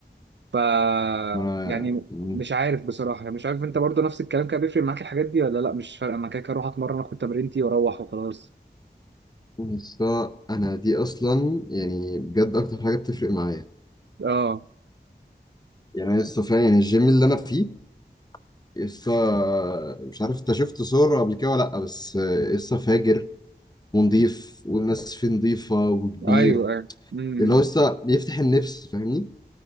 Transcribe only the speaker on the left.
ما انا
مم.
بس انا دي اصلا يعني بجد اكتر حاجة بتفرق معايا
يعني أنا لسه فعلا يعني الجيم اللي انا فيه لسه مش عارف انت شفت صور قبل كده ولا لا بس آه، لسه فاجر ونضيف والناس فيه نضيفة وكبير
اللي
هو لسه بيفتح النفس فاهمني؟